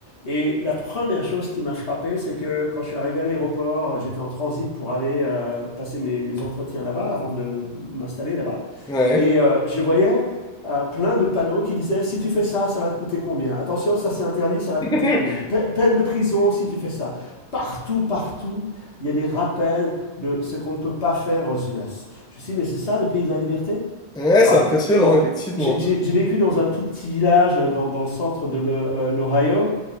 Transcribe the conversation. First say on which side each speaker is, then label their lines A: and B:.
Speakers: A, on the left; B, in the centre.
A: Et la première chose qui m'a frappé, c'est que quand je suis arrivé à l'aéroport, j'étais en transit pour aller euh, passer mes, mes entretiens là-bas avant de m'installer là-bas.
B: ouais.
A: Et euh, je voyais euh, plein de panneaux qui disaient si tu fais ça, ça va te coûter combien Attention, ça c'est interdit, ça va te
B: <laughs>
A: coûter combien Peine de prison si tu fais ça. Partout, partout, il y a des rappels de ce qu'on ne peut pas faire aux US. Je me suis dit mais c'est ça le pays de la liberté
B: Ouais, c'est
A: voilà.
B: impressionnant,
A: Bon,
B: effectivement.
A: j'ai j'ai- j'ai vécu dans un tout petit village euh, dans, dans le centre de l'O- euh, l'Ohio.